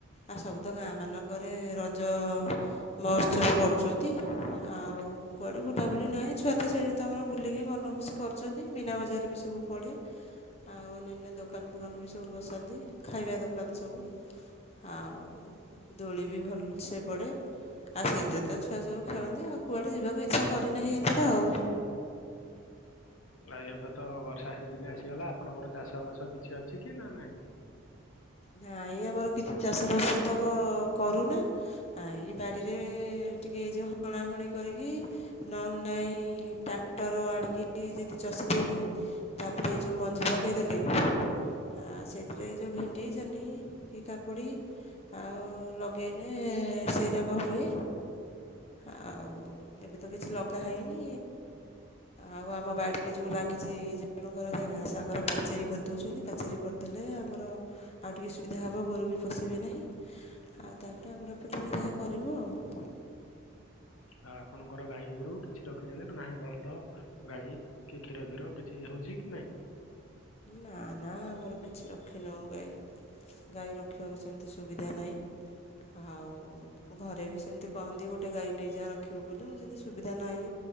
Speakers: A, on the left (about 30°); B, on the left (about 85°).
A: ଆ ସବୁ ତ ଗାଁ ମାନଙ୍କରେ ରଜ ମହୋତ୍ସବ କରୁଛନ୍ତି ଆଉ ଉ କୁଆଡ଼େ ବୁଲାବୁଲି ନାହିଁ ଛୁଆ ତ ସେଇଠି ତମର ବୁଲିକି ମନ ଖୁସି କରିଛନ୍ତି ମନାବଜାର ବି ସବୁ ପଡ଼େ ଆଉ ଅନ୍ୟାନ୍ୟ ଦୋକାନ ଫୋକାନ ବି ସବୁ ବସାନ୍ତି ଖାଇବା ଦୋକାନ ସବୁ ଆଉ ଦୋଳି ବି ଭଲସେ ପଡେ ଆଉ ସେଇଥିରେ ତ ଛୁଆ ସବୁ ଖେଳନ୍ତି ଆଉ କୁଆଡ଼େ ଯିବାକୁ ଇଚ୍ଛା କରିନାହିଁ, ଏଥର ଆଉ
B: ଆଉ ଏବେ ତ ବର୍ଷା ସିଜିନ ଆସିଗଲା ଆପଣଙ୍କର ଚାଷ ବାସ କିଛି ଅଛି କି ନା ନାହିଁ।
A: ନାଇ ଆମର କିଛି ଚାଷ ବାସ ତ କରୁନା ଆ ଏଇ ବାଡିରେ ଟିକେ ଏ ଯୋଉ ହଣା ହଣି କରିକି ନ ନାଇଁ ଟାକ୍ଟର ଆଣିକି ଯଦି ଚଷି ଦେଇକି ତାପରେ ଯେଉଁ ମଞ୍ଜି ପକାଇଦେଲେ ଆ ସେଇଥିରେ ଯେଉଁ ଭେଣ୍ଡି ଜହ୍ନି କି କାକୁଡ଼ି ଆଉ ଲଗ ଲଗେଇଲେ ସେଇ ଯାକ ହୁଏ ଆଉ ହ ଏବେ ତ କିଛି ଲଗା ହେଇନି ଆଉ ଆମ ବାଡ଼ କି ଯେଉଁ ଲାଗିଛି ଜଣ ତାଙ୍କର ଯାହା ଘା ସାଙ୍ଗର ପାଚେରୀ କରିଦେଉଛନ୍ତି, ପାଚେରୀ କରିଦେଲେ ଆମର ଆଉ ଟିକେ ସୁବିଧା ହେବ ଗୋରୁ ବି ପଶିବେ ନାହିଁ ଆଉ ତାପରେ ଆମର ଏପଟରେ ଯାହା କରିମୁ ଆଉ
B: ହଁ। ଆପଣଙ୍କର ଗାଈ ଗୋରୁ କିଛି ରଖିଛନ୍ତି ନା ନାହିଁ, ବଳଦ ଗାଈ କି କ୍ଷୀର କ୍ରର କିଛି ହଉଛି କି ନାହିଁ। ଁ <inaudible>
A: ନା ନା ଆମର କିଛି ରଖିିନଉ ଗାଈ ଗାଈ ରଖିବାକୁ ସେମିତି ସୁବିଧା ନାହିଁ। ଆଉ ଘରେ ବି ସେମିତି କହନ୍ତି, ଗୋଟେ ଗାଈ ନେଇଯା ରଖିବୁ ବୋଲି ମୁ ଯେମିତି ସୁବିଧା ନାହିଁ